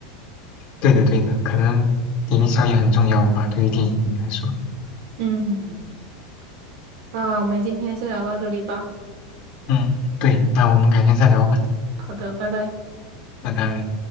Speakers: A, on the left; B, on the right.
A: 对的对的，可能营销也很重要吧，对于电影来说。
B: 嗯，那我们今天先聊到这里吧。
A: 嗯，对，那我们改天再聊吧，
B: 好的，拜拜。
A: 拜拜。